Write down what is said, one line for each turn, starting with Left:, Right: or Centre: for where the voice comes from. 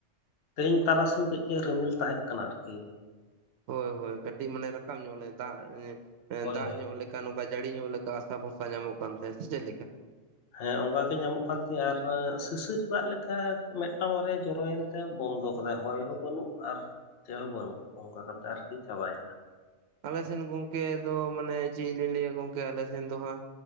Left: ᱛᱮᱦᱮᱧ ᱛᱟᱨᱟᱥᱤᱧ ᱠᱟᱹᱡ ᱠᱟᱹᱡ ᱨᱤᱢᱤᱞ ᱛᱟᱦᱮᱸᱜ ᱠᱟᱱᱟ ᱟᱨᱠᱤ
Right: ᱦᱳᱭ ᱦᱳᱭ ᱠᱟᱹᱴᱤᱡ ᱢᱟᱱᱮ ᱨᱟᱠᱟᱵ ᱧᱚᱜ ᱞᱮ ᱫᱟᱜ
Left: ᱦᱳᱭ
Right: ᱫᱟᱜ
Left: ᱦᱳᱭ
Right: ᱧᱚᱜ ᱞᱮ ᱱᱚᱝᱠᱟ ᱡᱟᱹᱲᱤ ᱧᱚᱜ ᱞᱮᱠᱟ ᱟᱥᱟ ᱵᱷᱚᱨᱥᱟ ᱧᱟᱢᱚᱜ ᱠᱟᱱ ᱛᱟᱦᱮᱸᱫ ᱥᱮ ᱪᱮᱫ ᱞᱮᱠᱟ
Left: ᱦᱮᱸ ᱚᱱᱠᱟ ᱜᱮ ᱧᱟᱢᱚᱜ ᱠᱟᱱ ᱛᱤᱧᱟᱹ ᱟᱨ ᱥᱤᱥᱤᱨ ᱫᱟᱜ ᱞᱮᱠᱟ ᱢᱤᱫᱴᱟᱝ ᱵᱟᱨᱭᱟ ᱡᱚᱨᱚᱭᱮᱱ ᱛᱮ ᱵᱚᱱᱫᱚ ᱠᱟᱫᱟᱭ ᱦᱚᱭ ᱦᱚᱸ ᱵᱟᱹᱱᱩᱜ ᱟᱨ ᱪᱮᱫ ᱦᱚᱸ ᱵᱟᱹᱱᱩᱜ ᱚᱱᱠᱟ ᱠᱟᱛᱮ ᱟᱨᱠᱤ ᱪᱟᱵᱟᱭᱮᱱᱟ
Right: ᱟᱞᱮᱥᱮᱱ ᱜᱚᱝᱠᱮ ᱫᱚ ᱢᱟᱱᱮ ᱪᱮᱫ ᱞᱤᱧ ᱞᱟᱹᱭᱟ ᱜᱚᱝᱠᱮ ᱟᱞᱮ ᱥᱮᱱ ᱫᱚ ᱦᱟᱸᱜ